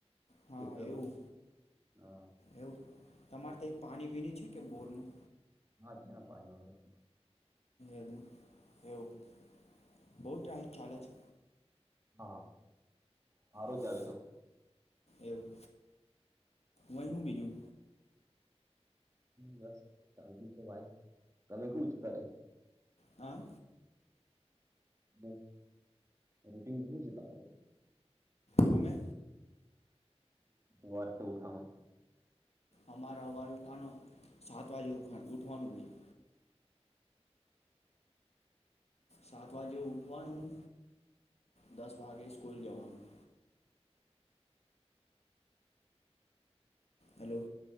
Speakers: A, on the left; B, on the right.
A: હા
B: ખેતરમાં
A: એવું
B: હા.
A: એવું તમારે ત એ પાણી વિન છે કે બોરનું?
B: હા છે ના પાણી વગર થી.
A: એવું બહુ ટ રાઇટ ચાલે છે?
B: હા. મારો
A: એવું
B: જ આવે તો.
A: એવું વહી હું બીજું?
B: બસ શાન્તિ તો ભાઇ તમે ખુ જ કરે?
A: હા.
B: બ રૂટીન ઘણું છે તમારું.
A: હમે.
B: વાર તે ઉઠાનું.
A: અમારો અવાજ ઉઠાનો સાત વાગે ઉઠવાનું હોય. સાત વાગે ઉઠવાનું, દસ વાગે સ્કૂલ જવાનું. હલો.